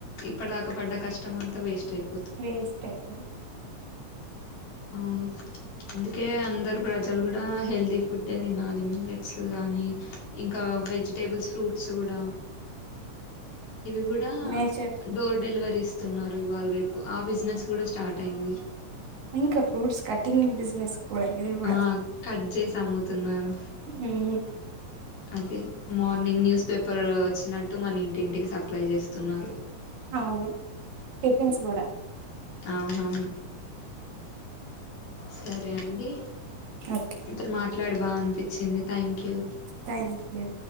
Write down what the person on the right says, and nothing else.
వేస్ట్ అయిపోదు
నేచర్
ఇంకా ఫ్రూట్స్ కటింగ్ బిజినెస్ కూడా ఇది కూడా
ఉమ్,
అవును టిఫిన్స్ కూడా
ఓకే
థ్యాంక్ యూ